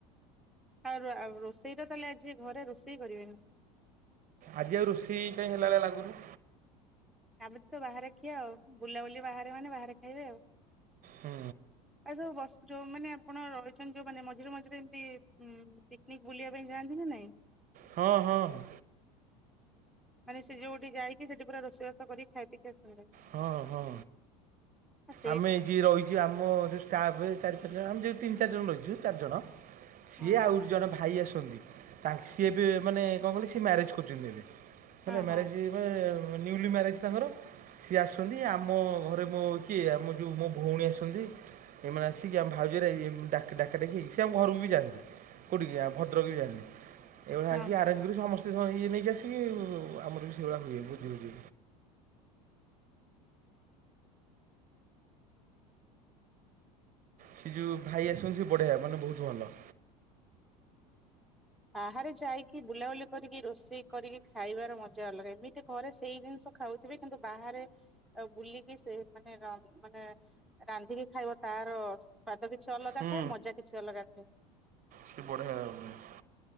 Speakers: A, in the centre; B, on the right (about 40°).
A: ଆଉ ରୋଷେଇ ଟା ତାହେଲେ ଆଜି ଘରେ ରୋଷେଇ କରିବେନି
B: ଆଜି ଆଉ ରୋଷେଇ କାଇଁ ହେଲା ଭଳିଆ ଲ ଲାଗୁନି।
A: କାଲି ତ ବାହାରେ ଖିଆ ଆଉ ବୁଲାବୁଲି ବାହାରେ ମାନେ ବାହାରେ ଖାଇବେ ଆଉ।
B: ହୁଁ।
A: ଆଉସବୁ ବସ ଯୋଉ ମାନେ ଆପଣ ରହିଛନ୍ତି ଯୋଉ ମାନେ ମଝିରେ ମଝିରେ ଏମିତି ଉଁ ପିକ୍ନିକ୍ ବୁଲିବା ପାଇଁ ଯାଆନ୍ତି ନା ନାଇଁ?
B: ହଁ ହଁ।
A: ମାନେ ସେ ଯୋଉଠି ଯାଇକି ସେଠି ପୁରା ରୋଷବାସ କରିକ ଖାଇ ପିକି ଆସନ୍ତି।
B: ହଁ ହଁ।
A: ଆ।
B: ଆମେ ଏଠି ରହିଛୁ ଆମ ଯେଉଁ ଷ୍ଟାଫ୍ ଚାରି ପାଞ୍ଚ ଜଣ ଆମେ ଯେଉଁ ତିନି ଚାରି ଜଣ ରହିଛୁ ଚାରିଜଣ
A: ହଁ।
B: ସିଏ ଆଉରି ଜଣେ ଭାଇ ଆସନ୍ତି ତାଙ୍କ ସିଏ ବି ମାନେ କଣ କହିଲ ସିଏ ମ୍ୟାରେଜ୍ କରୁଛନ୍ତି ଏବେ। ହେଲେ
A: ହଁ
B: ମ୍ୟାରେଜ
A: ହଁ
B: ନ୍ୟୁଲି ମ୍ୟାରେଜ ତାଙ୍କର। ସିଏ ଆସୁଛନ୍ତି ଆମ ଘରେ ମୋ କିଏ ଆମ ଯୋଉ ମୋ ଭଉଣୀ ଆସନ୍ତି। ଏମାନେ ଆସିକି ଆମ ଭାଉଜରେ ଡାକ ଡାକ ଡାକି ହେଇକି ସିଏ ଆମ ଘରକୁ ବି ଯାଆନ୍ତି। କେଉଠିକି ଆ ଭଦ୍ରକ ବି ଯାଆନ୍ତି। ଏଇଭଳିଆ
A: ହଁ
B: ଆସିକି
A: ହଁ
B: ଆରେଞ୍ଜ କରି ସମସ୍ତେ ଇଏ ନେଇକି ଆସିକି ଆମର ବି ସେଇଭଳିଆ ହୁଏ ବୁଝିୁବୁଝି। ସେ ଯୋଉ ଭାଇ ଆସନ୍ତି ସେ ବଢିଆ ମାନେ ବହୁତ୍ ଭଲ।
A: ବାହାରେ ଯାଇକି ବୁଲାବୁଲି କରିକି ରୋଷେଇ କରିକି ଖାଇବାର ମଜା ଅଲଗା ଏମିତି ଘରେ ସେଇ ଜିନିଷ। ଖାଉଥିବେ କିନ୍ତୁ ବାହାରେ। ଆ ବୁଲିକି ସେ ମାନେ ର ମାନେ ରାନ୍ଧିକି ଖାଇବ ତାର। ସ୍ଵାଦ କିଛି ଅଲଗା
B: ହୁଁ
A: ଥାଏ। ମଜା କିଛି ଅଲଗା ଥାଏ।
B: ସେ ବଢ଼ିଆ <unintelligible>